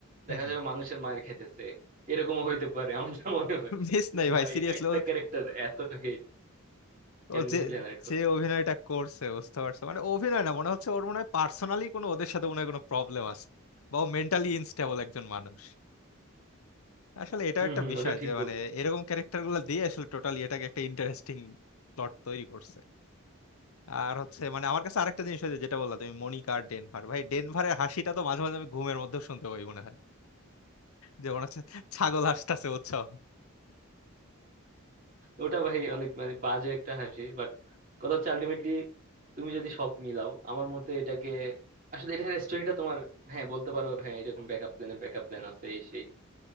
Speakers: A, on the right; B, on the left.
A: দেখা
B: হম হম
A: যাবে মানুষের মায়ের খাইতেছে এরকমও হইতে পারে আমার যা মনে হয়
B: মিস
A: যে
B: নাই
A: ভাই
B: ভাই সিরিয়াসলি
A: একটা ক্যারেক্টার এত হেট কেমনে
B: ও যে
A: জেনারেট
B: যে
A: করতে পারে
B: অভিনয়টা করছে বুঝতে পারছো মানে অভিনয় না মনে হচ্ছে ওর মনে হয় পার্সোনালি কোনো ওদের সাথে মনে হয় কোনো প্রবলেম আছে বা মেন্টালি ইনস্টেবল একজন মানুষ আসলে এটা
A: হম
B: একটা
A: হম
B: বিষয়
A: ওটা ঠিক
B: যে
A: বলছো
B: মানে এরকম ক্যারেক্টার গুলো দিয়ে আসলে টোটালি এটাকে একটা ইন্টারেস্টিং প্লট তৈরি করছে আর হচ্ছে মানে আমার কাছে আরেকটা জিনিস হয়েছে যেটা বললা তুমি মনিকা আর ডেনভার ভাই ডেনভারের হাসিটা তো মাঝে মাঝে আমি ঘুমের মধ্যে শুনতে পাই মনে হয় যে মনে হচ্ছে ছাগল হাসতাছে উৎসাহ
A: ওটা ভাই অনেক মানে বাজে একটা হাসি বাট কথা হচ্ছে আলটিমেটলি তুমি যদি সব মিলাও আমার মতে এটাকে আসলে এটার স্টোরিটা তোমার হ্যাঁ বলতে পারো হ্যাঁ এরকম ব্যাকআপ প্ল্যানের ব্যাকআপ প্ল্যান আছে এই সেই